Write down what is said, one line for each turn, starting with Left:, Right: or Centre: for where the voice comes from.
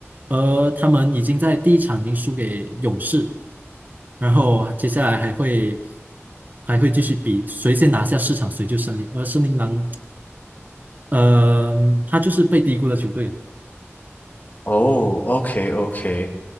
Right: 而他们已经在第一场已经输给勇士。然后接下来还会还会继续比谁先拿下市场，谁就胜利。而森林狼，呃，他就是被低估的球队。
Left: 哦，OK OK，